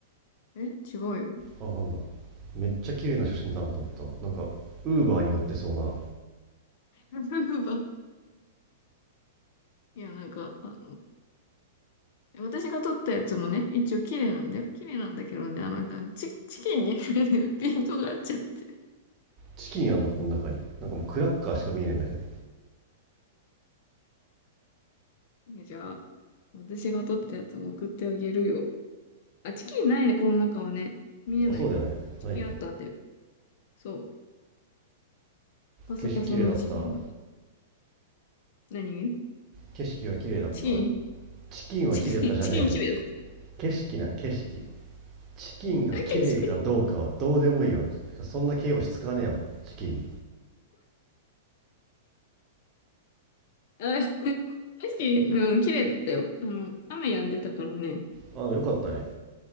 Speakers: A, on the left; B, on the right.
A: え違うよ。
B: あ、なんだ。めっちゃ綺麗な写真だなと思った。なんか、ウーバーに乗ってそうな。
A: <laughs> いや、なんか、あの、私が撮ったやつもね、一応綺麗なんだよ。綺麗なんだけどね、あの、あのチ、チキンに <laughs> ピントが合っちゃって。
B: チキンあんの、この中に。なんかもうクラッカーしか見えねえんだけど。
A: ねじゃあ、私が撮ったやつも送ってあげるよ。あ、チキンないね、この中はね。見えないね。
B: あ、そうだよね。
A: チキンあったんだよ。
B: ないよね。
A: そう。パサパサのチキンが。
B: 景色綺麗だった
A: 何
B: 景色は綺麗だった
A: チキン
B: チキンは綺麗だったじゃねえよ。
A: チキン、チキン綺麗だっ
B: 景色な景色チキンが綺麗かどうかはどうでもいいわてかそんな形容詞使わねえわチキンに
A: た。あ、景色。あ、<laughs> 景色、うん、綺麗だったよ。あの、雨止んでたからね。
B: あよかったね